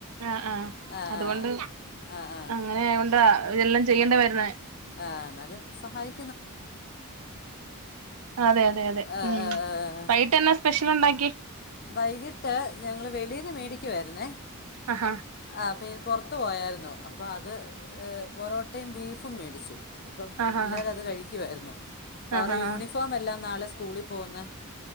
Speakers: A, on the right; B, on the left.
A: ആ ആ
B: ആഹ്
A: അതുകൊണ്ട്
B: ആഹ് ആഹ് ആഹ്
A: അങ്ങനെ ആയകൊണ്ടാ എല്ലാം ചെയ്യേണ്ട വരുന്നെ
B: ആ എന്നാലും സഹായി
A: അതെയതെ അതെ
B: ആഹ്
A: ഉം
B: ആഹ് ആഹ്
A: വൈകിട്ടു എന്നാ സ് സ്പെഷ്യൽ ഉണ്ടാക്കി
B: വൈകിട്ട് ഞങ്ങള് വെളീന്ന് മേടിക്കുവായിരുന്നേ
A: ആഹാ
B: ആഹ് അപ്പ പുറത്തു പോയായിരുന്നു അപ്പം അത് പൊറോട്ടയും ബീഫും മേടിച്ചു അപ്പം
A: ആഹാ
B: പിള്ളേരത്
A: ഹാ
B: കഴിക്കുവായിരുന്നു അപ്പ
A: ആഹാ
B: അവരു
A: ഹാ
B: യൂണിഫോം എല്ലാം നാളെ സ്കൂളിൽ പോകുന്ന